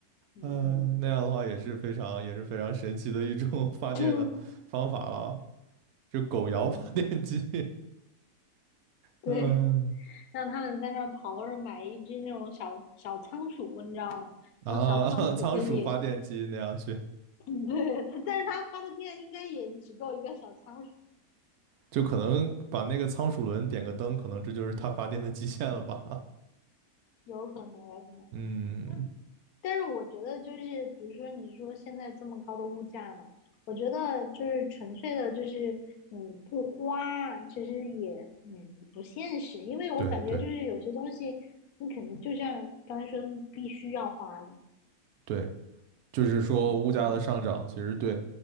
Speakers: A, on the left; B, on the right.
A: 嗯，
B: 嗯、那样的话也是非常也是非常神奇的一种 <laughs> 发电的方法了。
A: <laughs>
B: 就狗摇发电机，
A: 对对，
B: 嗯
A: 让他们在那儿跑，或者买一只那种小小仓鼠，你知道吗？
B: 啊，
A: 那种小仓鼠可以，
B: <laughs> 仓鼠发电机那样去，
A: <laughs> 对它，但是它发的电应该也只够一个小仓鼠，
B: 就可能把那个仓鼠轮点个灯，可能这就是它发电的极限了吧？
A: 有可能，有可能。
B: 嗯，
A: 那，但是我觉得就是，比如说你说现在这么高的物价嘛，我觉得就是纯粹的，就是你不花，其实也嗯不现实，因为我感觉就是有些东西你肯定就像刚才说，
B: 对对
A: 你必须要花的，
B: 对，就是说物价的上涨，
A: 嗯。
B: 其实对，